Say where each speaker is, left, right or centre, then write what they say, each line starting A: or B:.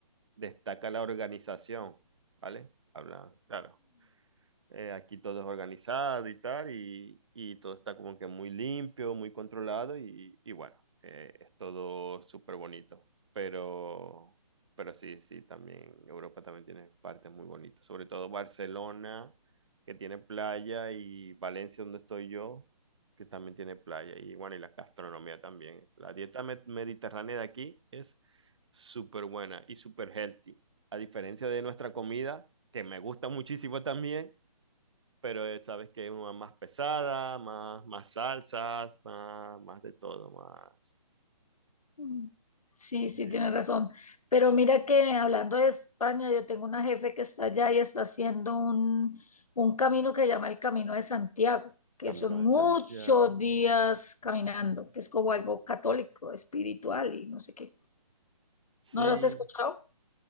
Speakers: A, on the right; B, on the left.
A: destaca la organización, ¿vale? Habla, claro eh, aquí todo es organizado y tal, y, y todo está como que muy limpio, muy controlado y, y bueno, eh, es todo súper bonito. Pero, pero sí, sí, también Europa también tiene partes muy bonitas, sobre todo Barcelona, que tiene playa, y Valencia, donde estoy yo, que también tiene playa, y bueno, y la gastronomía también. La dieta med- mediterránea de aquí es súper buena y súper healthy, a diferencia de nuestra comida, que me gusta muchísimo también pero eh, sabes que es una más pesada, más, más salsas, más, más de todo, más.
B: Mm, Sí,
A: Sí,
B: sí, tienes
A: sí.
B: razón. Pero mira que hablando de España, yo tengo una jefe que está allá y está haciendo un, un camino que llama el Camino de Santiago, que
A: Camino
B: son
A: de
B: muchos
A: Santiago.
B: días caminando, que es como algo católico, espiritual y no sé qué.
A: Sí,
B: ¿No lo has escuchado?